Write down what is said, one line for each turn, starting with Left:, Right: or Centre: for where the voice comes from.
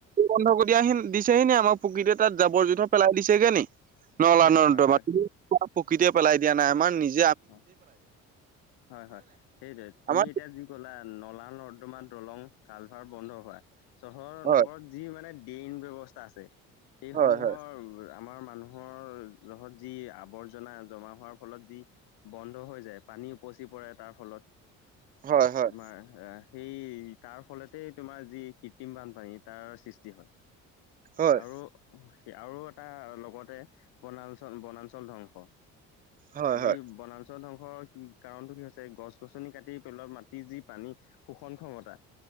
Right: বন্ধ কৰি দিয়াহি দিছেহি নে আমাৰ প্ৰকৃতিতে তাত জাবৰ জোথৰ পেলাই দিছেগে নি। নলা
Left: হয়,
Right: নৰ্দমাত
Left: হয়, হয়। হয়।
Right: প্ৰকৃতিয়ে পেলাই দিয়া নাই আমাৰ নিজ
Left: অ হয় হয়, সেইটোয়ে, তুমি
Right: আমাৰ
Left: এতিয়া যি কলা নলা নৰ্দমা দলং কালভাৰ বন্ধ হোৱা, চহৰ
Right: হয়
Left: নগৰত যি মানে ড্ৰেইন ব্যৱস্থা আছে, সেইসমূহৰ
Right: হয় হয়
Left: আমাৰ মানুহৰ যত যি আৱৰ্জনা জমা হোৱাৰ ফলত যি বন্ধ হৈ যায় পানী উপচি পৰে তাৰ ফলত
Right: হয় হয়
Left: তোমাৰ অহ সেই তাৰ ফলতেই তোমাৰ যি কৃত্ৰিম বানপানী তাৰ সৃষ্টি হয়।
Right: হয়
Left: আৰু আৰু এটা লগতে বনাঞ্চল বনাঞ্চল ধ্বংস
Right: হয়
Left: যি
Right: হয়
Left: বনাঞ্চল ধং স কি কাৰণটো কি হৈছে গছ গছনি কাটি পেলোৱাত মাটি যি পানী শোষণ ক্ষমতা